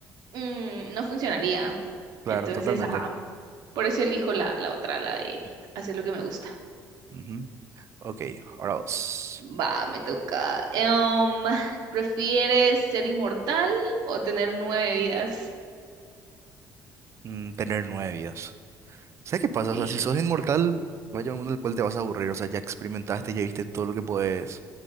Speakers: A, on the right; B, on the right.
A: mm, no funcionaría.
B: Claro,
A: Entonces,
B: totalmente.
A: ajá, por eso elijo la, la otra, la de hacer lo que me gusta.
B: Ujú. Ok, ahora vos.
A: Va, me toca. Em, <laughs> ¿prefieres ser inmortal o tener nueve vidas?
B: Mm, tener nueve vidas. ¿Sabes qué pasa?
A: Sí,
B: O sea, si sos inmortal, va a llegar un mundo en el cual te vas a aburrir. O sea, ya experimentaste, ya viste todo lo que puedes